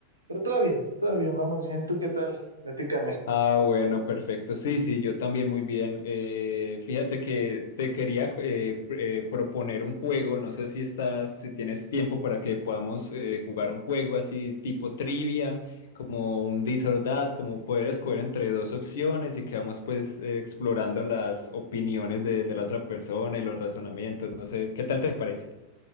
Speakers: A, on the right (about 75°); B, on the left (about 55°).
A: pero todo bien, todo bien, vamos bien. ¿Tú qué tal? Platícame.
B: Ah, bueno, perfecto. Sí, sí, yo también muy bien. Eh, fíjate que te quería eh, pr- eh, proponer un juego. No sé si estás, si tienes tiempo para que podamos eh, jugar un juego así tipo trivia, como un This or That, como poder escoger entre dos opciones y que vamos pues eh, explorando las opiniones de, de la otra persona y los razonamientos. No sé, ¿qué tal te parece?